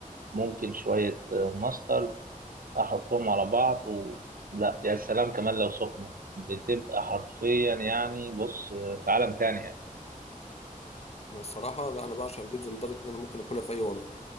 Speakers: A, on the right; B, on the left.
A: ممكن شويه ماسترد احطهم على بعض و... لا يا سلام كمان لو سخنه بتبقى حرفيا يعني بص في عالم تاني يعني.
B: أنا الصراحه لا انا بعشق البيتزا لدرجه ان انا ممكن اكلها في اي وضع